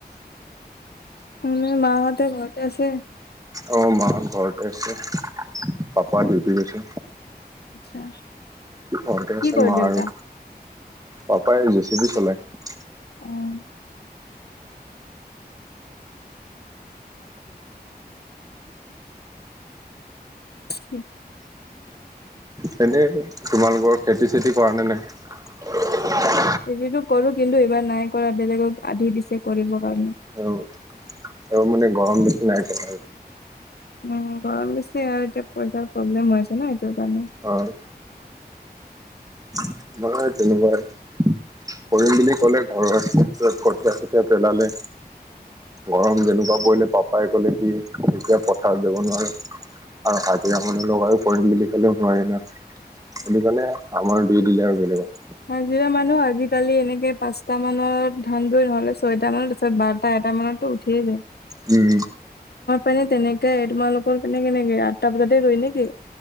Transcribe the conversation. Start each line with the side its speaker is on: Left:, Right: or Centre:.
Left: আম মাঁ ঘৰতে আছে
Right: অ মা হঁত ঘৰতে আছে পাপা ডিউটি গৈছে
Left: আচ্ছা
Right: ঘৰতে আছে
Left: কি কৰে
Right: মা
Left: দেউতা?
Right: আৰু পাপাই জে চি বি চলাই
Left: অ', উ
Right: তেন্তে তোমালোকৰ খেতি চেতি কৰা নে নাই
Left: খেতিটো টো কৰো কিন্তু এইবাৰ নাই কৰা বেলেগক আধি দিছে কৰিব কাৰণে
Right: আৰু আৰু মানে গৰম বেছি নাই কৰা
Left: উম গৰম বেছি আৰু এতিয়া পইচাৰ প্ৰব্লেম হৈ আছে ন সেইটো কাৰণে
Right: হয় আমাৰো তেনেকুৱাই কৰিম বুলি ক'লে ঘৰৰ ক্ষেত্ৰত কঠীয়া কঠীয়া পেলালে গৰম যেনেকুৱা পৰিলে পাপাই কলে কি তেতিয়া পথাৰত যাব নোৱাৰে আৰু হাজিৰা মানুহ লগাইয়ো কৰিম বুলি ক'লেও নোৱাৰি ন সেইটো কাৰণে আমাৰ দি দিলে আৰু বেলেগক
Left: মাজিৰা মানুহ আজিকালি এনেকে তে পাঁচটা মানত ধানটো নহলে ছয়টা মানৰ তাৰিছত বাৰটা এটা মানতো উঠিয়ে যায়
Right: উম
Left: মানে তেনেকাই তোমালোকৰ পিনে কেনেকে আঠটা বজাতে ৰুই নে কি?